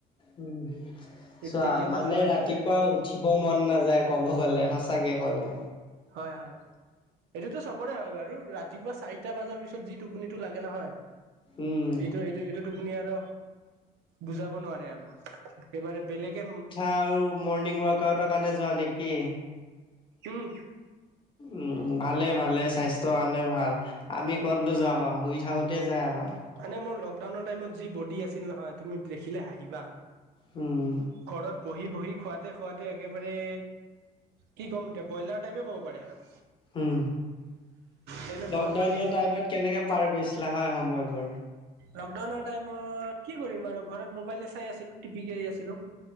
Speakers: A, on the left (about 30°); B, on the right (about 85°).
A: উম' চোৱা।
B: তেতিয়াতো
A: মানে
B: যোৱাই
A: ৰাতিপুৱা
B: নাযায় বেছি
A: উঠিব মন নাযায় ক'ব গ'লে সঁচাকে ক'লে।
B: হয় হয়। এইটোতো চবৰে হয় বাৰু ৰাতিপুৱা চাৰিটা বজাৰ পিছত যি টোপনিটো লাগে নহয়-
A: উম'
B: এইটো এইটো টোপুনি আৰু বুজাব নোৱাৰে আৰু একেবাৰে বেলেগে।
A: আউ মৰ্ণিং ৱাক আউটৰ কাৰণে যোৱা নেকি?
B: উম
A: উম' ভালে ভালে স্বাস্থ্যৰ কাৰণে ভাল। আমি ক'তনো যাম আৰু শুই থাকোতে যায় আমাৰ।
B: মানে মোৰ লকডাউনৰ টাইমত যি বডি আছিল নহয় তুমি দেখিলে হাঁহিবা।
A: উম'
B: ঘৰত বহি বহি খুৱাতে খুৱাতে একেবাৰে- কি ক'ম এতিয়া ব্ৰইলাৰ টাইপে ক'ব পাৰি আৰু।
A: উম'
B: তেনেকুৱা
A: লকডাউনৰ
B: মানে
A: টাইমত কেনেকে পাৰ কৰিছিলা হয় সময়বোৰ।
B: লকডাউনৰ টাইমত কি কৰিম আৰু ঘৰত মোবাইলে চাই আছিলো টিপিকেই আছিলো।